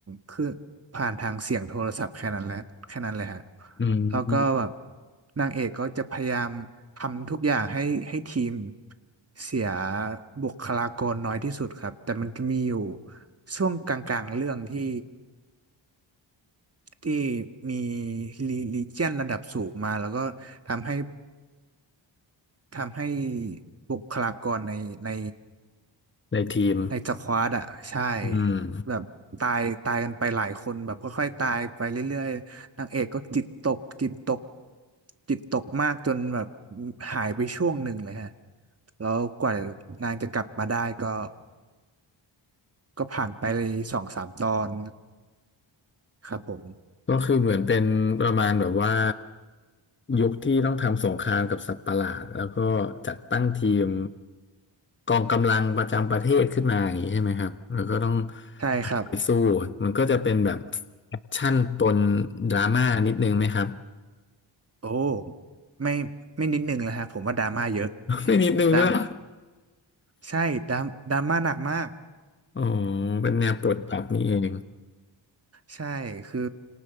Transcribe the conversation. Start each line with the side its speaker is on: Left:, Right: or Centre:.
Right: คือผ่านทางเสียงโทรศัพท์แค่นั้นแหละแค่นั้นเลยฮะ
Left: อืม
Right: แล้วก็แบบนางเอกก็จะพยายามทำทุกอย่างให้ให้ทีมเสียบุคลากรน้อยที่สุดครับแต่มันจะมีอยู่ช่วงกลางๆเรื่องที่ที่มีลีเจียนระดับสูงมาแล้วก็ทำให้ ทำให้บุคลากรในใน
Left: ในทีม
Right: ในสควอตอ่ะใช่
Left: อืม
Right: แบบตายตายกันไปหลายคนแบบค่อยๆตายไปเรื่อยๆนางเอกก็จิตตกจิตตกจิตตกมากจนแบบหายไปช่วงหนึ่งเลยฮะแล้วกว่านางจะกลับมาได้ก็ก็ผ่านไปเลยสองสามตอนครับผม
Left: ก็คือเหมือนเป็นประมาณแบบว่ายุคที่ต้องทำสงครามกับสัตว์ประหลาดแล้วก็จัดตั้งทีมกองกำลังประจำประเทศขึ้นมาอย่างนี้ใช่ไหมครับแล้วก็ต้อง
Right: ใช่ครับ
Left: ไปสู้มันก็จะเป็นแบบแอคชั่นปนดราม่านิดนึงไหมครับ
Right: โอ้ไม่ไม่นิดนึงเลยฮะผมว่าดราม่าเยอะ
Left: <laughs> ไม่นิดนึงด้วย
Right: ดรามใช่ดรามดราม่าหนักมาก
Left: <laughs> อ๋อเป็นแนวปลดปรับนี่เอง
Right: ใช่คือ